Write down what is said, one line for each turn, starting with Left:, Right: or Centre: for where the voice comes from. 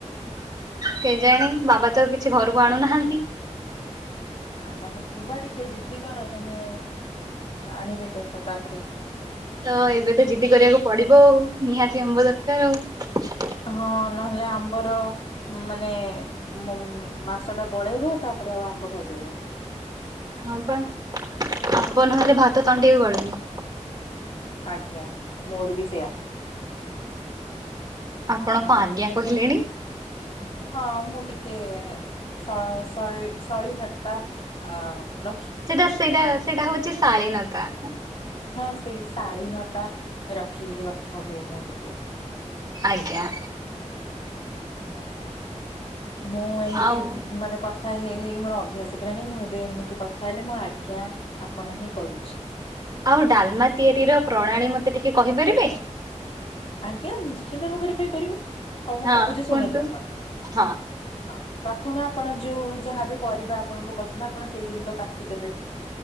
Right: କେଜାଣି ବାବା ତ କିଛି ଘରକୁ ଆଣୁନାହାନ୍ତି।
Left: ହଁ ତମେ କୁହ ଟିକେ ଜିଦ୍ଦି କର ତମେ ଆଣିବେ ତ ତାପରେ।
Right: ତ ଏବେ ତ ଜିଦି କରିବାକୁ ପଡିବ ଆଉ ନିହାତି ଆମ୍ବ ଦରକାର ଆଉ।
Left: ହଁ ନହେଲେ ଆମ୍ବର ମାନେ ଉ ମାସ ଟା ପଳେଇବ ତାପରେ ଆଉ ଆମ୍ବ ଖାଇପାରିବେନି।
Right: ହଁ ପା ଆମ୍ବ ନହେଲେ ଭାତ ତଣ୍ଟି ଏ ଗଳୁନି।
Left: ଆଜ୍ଞା ମୋର ବି ସେୟା।
Right: ଆପଣ
Left: ଆଉ
Right: କ ଆଜ୍ଞା କହିଲେଣି।
Left: ହଁ ମୁଁ ଟିକେ ଶ ଶଳୀ ଶଳୀନତା ଅ ର
Right: ସେଇଟା ସେଇଟା ସେଇଟା ହଉଛି ଶାଳୀନତା।
Left: ହଁ ସେଇ ଶାଳୀନତା ରଖିକି କଥା ହୁଏ ମୁଁ ଟିକେ।
Right: ଆଜ୍ଞା।
Left: ଆଜ୍ଞା ମୁଁ ଏମିତି
Right: ଆଉ
Left: ମାନେ କ କଥା ହେଇ ମୋର ଅଭ୍ୟାସ ହେଇ ଗଲାଣି ମୁଁ ଏବେ ଏମିତି କଥା ହେଲେ ମୁଁ ଆଜ୍ଞା ଆପଣ ହିଁ କରୁଛି।
Right: ଆଉ ଡାଲମା ତିଆରି ର ପ୍ରଣାଳୀ ମତେ ଟିକେ କହିପାରିବେ?
Left: ଆଜ୍ଞା ନିଶ୍ଚିନ୍ତ ଭାବରେ କହିପାରିବି ହଉ ମୁଁ
Right: ହଁ
Left: କହୁଛି ଶୁଣନ୍ତୁ
Right: କୁହନ୍ତୁ
Left: ଆପଣ।
Right: ହଁ
Left: ହଁ ପ୍ରଥମେ ଆପଣ ଯୋଉ ଯାହାବି ପରିବା ଆପଣଙ୍କୁ ପସନ୍ଦ ଆପଣ ସେଇଗୁଡିକ କାଟିଦେବେ।